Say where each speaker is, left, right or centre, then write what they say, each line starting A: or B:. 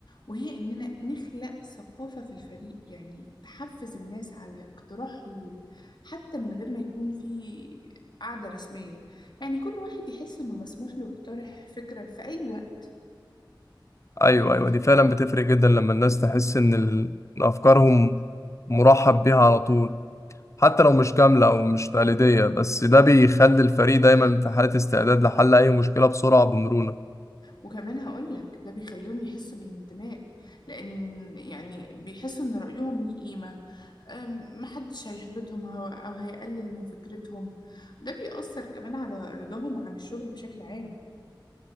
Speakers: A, on the left; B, on the left.
A: وهي إننا نخلق ثقافة في الفريق يعني تحفز الناس على اقتراح حلول حتى من غير ما يكون في قاعدة رسمية يعني كل واحد يحس إنه مسموح له يقترح فكرة في أي وقت
B: أيوة أيوة دي فعلا بتفرق جدا لما الناس تحس إن ال- إن أفكارهم مرحب بيها على طول حتى لو مش كاملة أو مش تقليدية بس ده بيخلي الفريق دايما في حالة استعداد لحل أي مشكلة بسرعة بمرونة
A: وكمان هقولك ده بيخليهم يحسوا بالانتماء لأن يعني بيحسوا إن رأيهم ليه قيمة أم، محدش هيحبطهم هو- أو هيقلل من فكرتهم ده بيأثر كمان على رضاهم عن الشغل بشكل عام